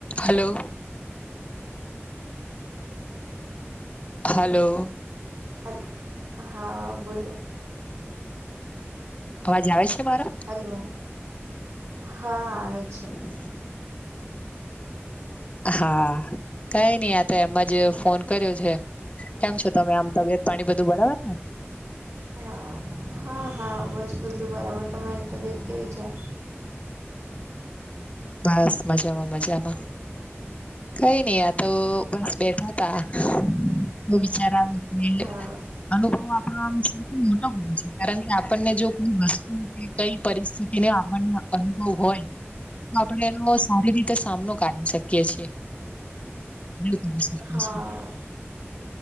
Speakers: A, on the left; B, on the right.
A: Hello. Hello.
B: હ હા બોલો.
A: અવાજ આવે છે મારો
B: હલો હા આવે છે.
A: <inaudible> હા કઈ નઈ આ તો એમ જ ફોન કર્યો છે. કેમ છો તમે આમ તબિયત પાણી બધું બરાબર ને
B: હા હા હા બસ બધું બરાબર તમારી તબિયત કેવી છે?
A: બસ મજામાં મજામાં કઈ નઈ યાર તો બસ બેઠા તા તો વિચાર આવયો કે
B: હા
A: અનુભવ આપો સૌથી મોટો હોય છે કારણ કે આપણને જો કોઈ વસ્તુ કઈ પરિસ્થિતિને આપણને અનુભવ હોય આપણે એનો સારી રીતે સામનો કરી શકીએ છીએ. કરી શકીએ
B: હા.
A: છીએ